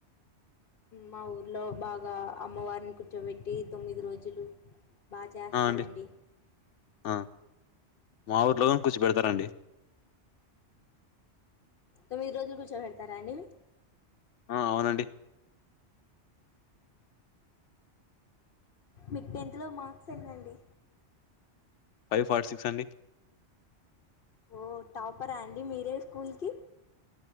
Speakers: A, on the left; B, on the left.
A: మా ఊర్లో బాగా అమ్మవారిని కూర్చోబెట్టి తొమ్మిది రోజులు బాగా చేస్తారండి
B: ఆ! అండి. ఆ! మా ఊర్లోగా కూర్చోపెడతారండి
A: తొమ్మిది రోజులు కూర్చోబెడతారా అండి అ
B: ఆ! అవునండి.
A: మీకు టెన్త్ లో మార్క్స్ ఎన్నండి
B: ఫైవ్ ఫాటి సిక్స్ అండి
A: ఓ టాపరా అండి మీరే స్కూల్ కి